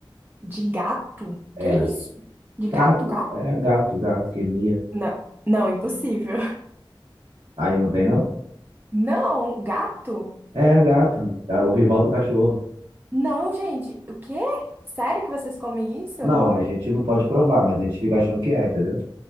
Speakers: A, on the right; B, on the right.
A: De gato?
B: É,
A: Que isso? De
B: gato,
A: gato, gato?
B: é gato, gato que mia.
A: Não, não, impossível. <laughs>
B: Aí não tem, não?
A: Não, gato?
B: É a gata, tá? o rival do cachorro.
A: Não, gente, o quê? Sério que vocês comem isso?
B: Não, a gente não pode provar, mas a gente fica achando que é, entendeu?